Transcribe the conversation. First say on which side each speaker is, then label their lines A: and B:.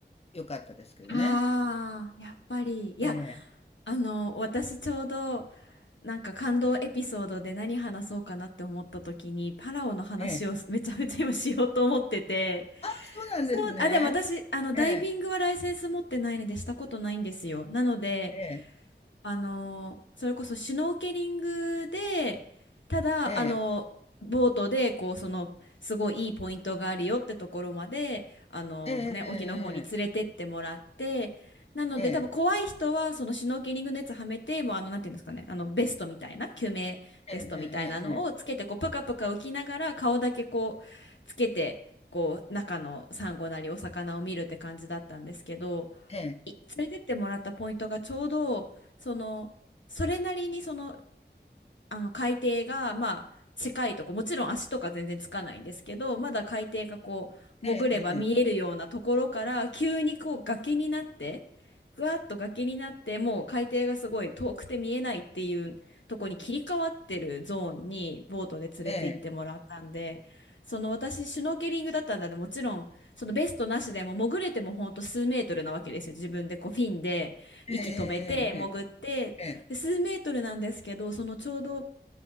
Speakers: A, on the left; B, on the left.
A: 良かったですけどね
B: ああ、やっぱり。いや、
A: え
B: あの、私ちょうど、なんか感動エピソードで何話そうかなって思った時に、パラオの話を
A: え
B: <laughs> めちゃめちゃ今しようと思ってて。
A: そうなんですね
B: そう、あ、でも私、あの、ダイビングはライセンス持ってないのでしたことないんですよ。
A: ええ
B: なので、
A: え
B: あのそれこそシュノーケリングでただあのボートでこうそのすごいいいポイントがあるよってところまであの、
A: えええええ
B: ね、沖の方に連れてってもらってなので多分怖い人はそのシュノーケリングのやつはめてもうあのなんていうんですかねあのベストみたいな救命ベストみたいなのをつけてこうプカプカ浮きながら顔だけこうつけてこう中のサンゴなりお魚を見るって感じだったんですけど。
A: ええええええええ
B: い連れてってもらったポイントがちょうどそのそれなりにそのあの海底がまあ近いとこもちろん足とか全然つかないんですけどまだ海底がこう潜れば見えるようなところから急にこう崖になって
A: ええ
B: ふわっと崖になってもう海底がすごい遠くて見えないっていうとこに切り替わってるゾーンにボートで連れて行ってもらったんでその私シュノーケリングだったんだでもちろんそのベストなしでも潜れてもほんと数メートルなわけですよ自分でこうフィンで息止めて潜ってで数メートルなんですけどそのちょうど
A: えええええええ